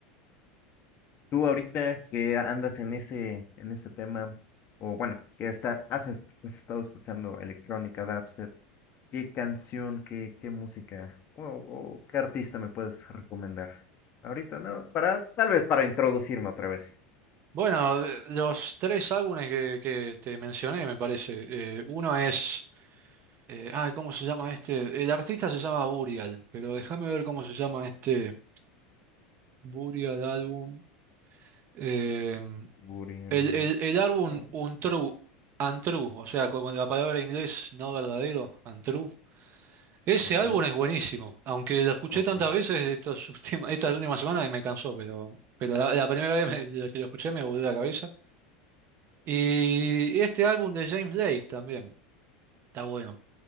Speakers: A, on the left; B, on the right.
A: Tú ahorita que andas en ese, en ese tema, o bueno, que está, has, est- has estado escuchando electrónica, dubstep, ¿qué canción, qué, qué música o, o qué artista me puedes recomendar? Ahorita no, para, tal vez para introducirme otra vez.
B: Bueno, de- los tres álbumes que, que te mencioné, me parece. Eh, uno es. eh, ay, ¿cómo se llama este? El artista se llama Burial, pero déjame ver cómo se llama este Burial álbum. Eh,
A: Burial,
B: el, el, el álbum
A: ¿qué?
B: Untrue, Untrue, o sea, como la palabra en inglés no verdadero, Untrue. Ese
A: Control,
B: álbum es buenísimo, aunque lo escuché
A: ok.
B: tantas veces estos última- estas últimas semanas que me cansó, pero, pero la, la primera vez me- que lo escuché me volvió la cabeza. Y este álbum de James Blake también está bueno,